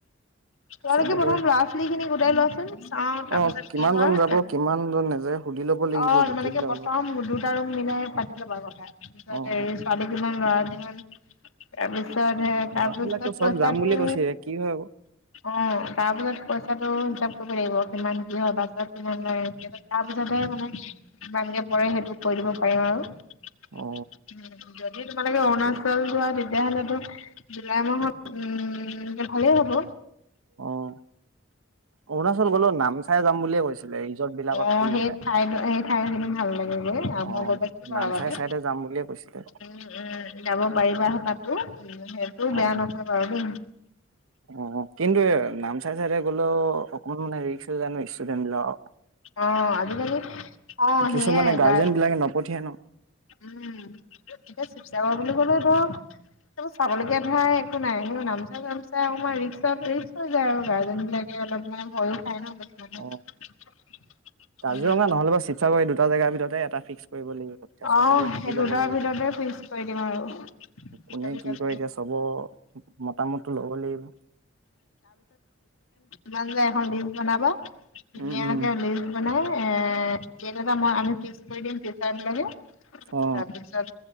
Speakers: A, on the left; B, on the right.
A: তেওঁলোকে
B: চবকে
A: প্ৰথম লৰা-ছোৱালীখিনিক গোটাই লোৱাচোন। চাওঁ তাৰপিছত
B: অ কিমান
A: কি হয়
B: জন যাব কিমান জন নাযায় সুধি ল'ব লাগিব
A: অ',
B: গোটেই
A: তোমালেোকে
B: বিলাকৰ
A: প্ৰথম
B: লগত
A: দুটা ৰুম মিলাই পাতি ল'বা কথা, তাত
B: অ
A: হেৰি
B: অ
A: ছোৱালী কিমান, ল'ৰা কিমান এবিধ হয় দে, তাৰপিছত
B: ল'ৰাবিলাকতো চব
A: পইচাটো
B: যাম বুলি কৈছিলে কি হয় আকৌ
A: অ', তাৰপিছত পইচাটো হিচাপ কৰিব লাগিব কিমান কি হয়, বাছত কিমান লয় তাৰ পিছতে মানে কিমানকে পৰে সেইটো কৰি দিব পাৰিম আৰু। উম,
B: অ
A: যদি তোমালোকে
B: তাকে
A: অৰুণাচল যোৱা তে তেতিয়াহ'লেটো জুলাই মাহত উম, ভালেই হ'ব।
B: অ অৰুণাচল গ'লো নামচাই যাম বুলিয়ে কৈছিলে ৰিজৰ্ট বিলাকত
A: আহ
B: ফুৰিবলে
A: সেই ঠাইত সেই ঠাইখিনি ভাল লাগিব
B: অ
A: মই গৈছ বাও
B: নামচাই
A: আগতে
B: চাইডে যাম বুলিয়ে কৈছিলে
A: উম উম যাব পাৰিবা হয় তাতো টো বেয়া
B: অ
A: নহয় বাৰু দেই
B: অ কিন্তু নাম চাই চাইদে গলো অকনমান মানে ৰিস্ক হৈ যায় ন ষ্টোডেন বিলাক
A: অ আজিকালি অ
B: কিছুমানে
A: সেইয়াই
B: গাৰ্জেন
A: গাৰ
B: বিলাকে নপঠিয়াই ন
A: উম এতিয়া শিৱসাগৰ বোলি কলে ধৰ ত চাবলগীয়া ধৰা একো নাই নামচা চামচা অকমান ই-ৰিক্সতে <unintelligible> গাৰ্জেনবিলাকে অলপ মানে ভয়য়ো খাই ন। <unintelligible>
B: অ কাজিৰঙা
A: উম
B: নহলে বা শিৱসাগৰ এই দুটা জাগাৰ ভিতৰতে এটা ফিক্স কৰিব লাগিব এতিয়া চবকে
A: অ
B: সুধি
A: সেই দুটাৰ
B: লব লাগিব
A: ভিতৰতে ফিক্স কৰি দিম আৰু দুটাৰ
B: কোনে
A: ভিতৰত
B: কি কৰে এতিয়া চবৰ মতামতটো লব লাগিব।
A: ইমান যায় এখন লিষ্ট বনাবা। ধুনীয়াকে
B: উম, উম।
A: লিষ্ট বনাই এ ডেট এটা মই আমি ফিক্স কৰি দিম টিচাৰ বিলাকে।
B: অ
A: তাৰপিছত